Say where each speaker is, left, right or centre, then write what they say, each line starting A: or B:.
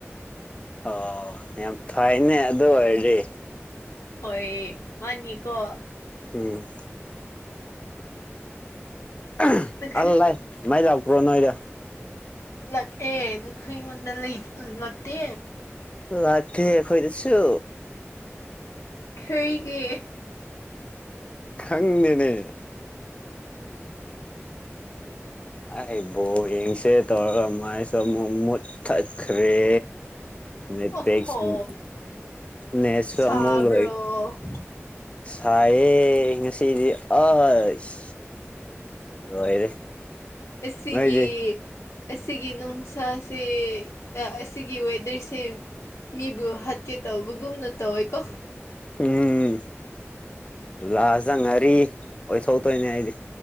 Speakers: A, on the left; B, on the left.
A: ꯍꯣ ꯌꯥꯝ ꯐꯩꯅꯦ ꯑꯗꯨ ꯑꯣꯏꯔꯗꯤ
B: ꯍꯣꯏ ꯃꯥꯅꯤꯀꯣ
A: ꯎꯝ ꯑ
B: ꯅꯈꯣꯏ
A: ꯑꯜꯂꯥꯏ ꯃꯩ ꯂꯥꯛ ꯄꯨ꯭ꯔꯣ ꯅꯣꯏꯗ
B: ꯂꯛꯑꯑꯦ ꯅꯈꯣꯏ ꯉꯣꯟꯗꯂꯩ ꯂꯛꯇꯦ
A: ꯂꯥꯛꯇꯦ ꯑꯈꯣꯏꯗꯁꯨ
B: ꯈꯩꯒꯤ
A: ꯈꯪꯗꯦꯅꯦ ꯑꯩ ꯕꫭ ꯌꯦꯡꯁꯦ ꯇꯧꯔꯒ ꯃꯥꯏꯁꯨ ꯑꯃꯨꯛ ꯃꯨꯠꯊꯠꯈ꯭ꯔꯦ ꯅꯤꯠꯄꯤꯛꯁ
B: ꯑꯣꯍꯣ
A: ꯎꯝ ꯅꯦꯠꯁꯨ
B: ꯁꯥꯕ꯭ꯔꯣ
A: ꯑꯃꯨꯛ ꯂꫭꯏ ꯁꯥꯏꯌꯦ ꯉꯁꯤꯗꯤ ꯑꯁ ꯂꯣꯏꯔꯦ
B: ꯑꯦꯁꯤꯒꯤ
A: ꯅꯣꯏꯗꯤ
B: ꯑꯁꯤꯒꯤ ꯅꯨꯡꯁꯥꯁꯦ ꯑꯩ ꯑꯁꯤꯒꯤ ꯋꯦꯗꯔꯁꯦ ꯃꯤꯕꯨ ꯍꯥꯠꯀꯦ ꯇꯧꯕꯒꯨꯝꯅ ꯇꯧꯋꯦꯀꯣ
A: ꯎꯝ ꯂꯥꯁꯇ ꯉꯥꯔꯤ ꯑꯣꯏ ꯊꯣꯛꯇꯣꯏꯅꯦ ꯑꯩꯗꯤ